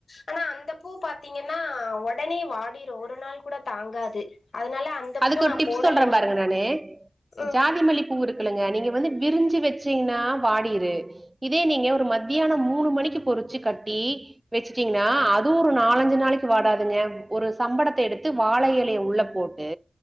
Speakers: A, on the left; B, on the right.
A: ஆனா அந்த பூ பாத் பாத்தீங்கன்னா ஒடனே வாடிரு ஒரு நாள் கூட தாங்காது அதுனால அந்த
B: அதுக்கு
A: பூ
B: ஒரு
A: நா
B: டிப்ஸ்
A: போடலைங்க
B: சொல்றே பாருங்க நானு
A: ம்
B: ஜாதி மல்லி பூ இருக்குலங்க நீங்க வந்து விரிஞ்சு வச்சீங்கின்னா வாடியிரு இதே நீங்க ஒரு மத்தியானோ மூணு மணிக்கு பொறிச்சு கட்டி வெச்சுட்டீங்னா அது அதுவு ஒரு நாலஞ்சு நாளைக்கு வாடாதுங்க ஒரு சம்படத்த எடுத்து வாழ எலைய உள்ள போட்டு